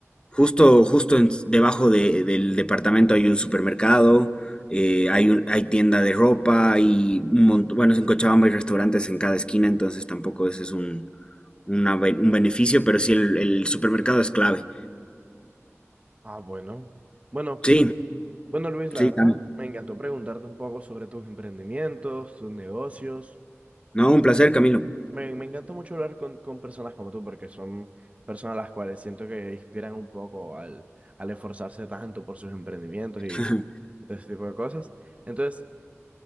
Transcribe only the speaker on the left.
Justo, justo en- debajo de- del departamento hay un supermercado, eh, hay un, hay tienda de ropa, hay un montón, bueno, en Cochabamba hay restaurantes en cada esquina, entonces tampoco ese es un, una be- un beneficio, pero sí el, el supermercado es clave.
Sí,
sí,
Cami.
No, un placer, Camilo.
<laughs>